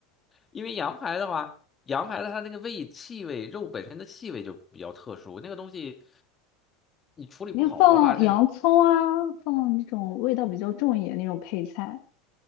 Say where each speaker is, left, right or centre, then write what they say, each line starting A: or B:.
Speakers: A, on the left; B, on the left.
A: 因为羊排的话，羊排的它那个味气味，肉本身的气味就比较特殊，那个东西你处理不好的话，
B: 你放洋葱啊，
A: 那个
B: 放那种味道比较重一点那种配菜。